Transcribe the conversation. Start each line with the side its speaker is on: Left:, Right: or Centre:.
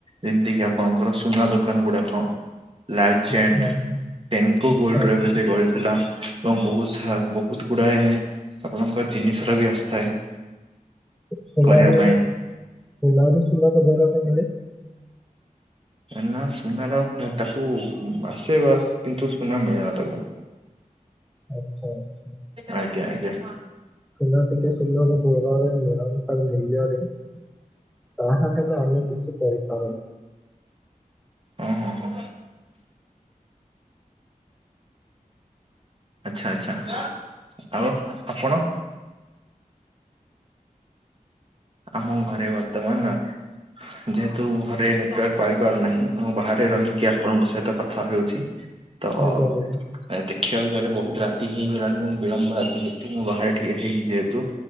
Right: ଯେମିତି କିି ଆପଣଙ୍କର ସୁନା ଦୋକାନ ଗୁଡାକ ଲାଲଚାଣ୍ଡ୍
Centre: ଆଚ୍ଛା ଆଚ୍ଛା
Right: ସେନକୋ
Centre: ଆଚ୍ଛା
Right: ଗୋଲ୍ଡ
Centre: ଆଚ୍ଛା
Right: ରେ ବେଶି ଗହଳି ଥିଲା ଏବଂ ବହୁ ବହୁତ ଗୁଡାଏ ଆପଣଙ୍କ ଜିନିଷ ର ବି ଆସିଥାଏ
Centre: ସୁନା
Right: କରିବା
Centre: ବି
Right: ପାଇଁ
Centre: ସୁନା ବି ସୁଲା ପ ଦାରରେ ମିଳେ <unintelligible>
Right: ନା ସୁନାର ଟା କାକୁ ଆସେ ବାସ୍ କିନ୍ତୁ ସୁନା ମିଳେନା ତାକୁ।
Centre: ଆଚ୍ଛା।
Right: ଆଜ୍ଞା ଆଜ୍ଞା।
Centre: ସୁନା ଟିକେ ସୁନାକୁ ବହୁରେ ମିଳନ ସ ମିିଲଯରେ <unintelligible> ତାହା ହେଲେ ଅନ୍ୟ କିଛି କରିପାର
Right: ହଁ ହଁ ହଁ। ଆଚ୍ଛା ଆଚ୍ଛା ଆଉ ଆପଣ। ଆମ ଘରେ ବର୍ତ୍ତମାନ ଯେହେତୁ ଘରେ ନେଟୱାର୍କ ପାଇ ପାରୁନାହିଁ ମୁଁ ବାହାରେ ରହିକି ଆପଣଙ୍କ ସହିତ କଥା ହେଉଛି ତ
Centre: ଆଜ୍ଞା
Right: ଆ
Centre: ଆଜ୍ଞା
Right: ଦେଖିବାକୁ ଗଲେ ବହୁତ ରାତି ହେଇଗଲାଣି ମୁ ବିଳମ୍ବ ରାତି ହେତୁ ମୁଁ ବାହାରେ ଠିଆ ହେଇଛି ଯେହେତୁ